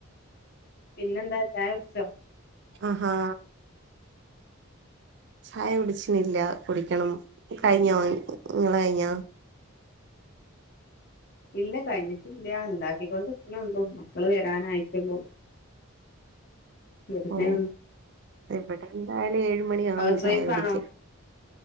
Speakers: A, on the left; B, on the right.
A: പിന്നെന്താ ചായ കുടിച്ചോ
B: ആഹ് ഹാ ചായ കുടിച്ചിനില്ല കുടിക്കണം കയിഞ്ഞോ
A: ഉം
B: നിങ്ങളെ കയിഞ്ഞോ
A: ഇല്ല കഴിഞ്ഞിട്ടില്ല ഇണ്ടാക്കിക്കൊണ്ടിരിക്കുണുള്ളൂ ക്കള് വരാനായിട്ടുള്ളൂ വരുന്നേ
B: ഓ ഇവിടെ എന്തായാലും ഏഴ് മണി ആവും
A: ഹൗസ്
B: ചായ
A: വൈഫാണോ
B: കുടിക്കാൻ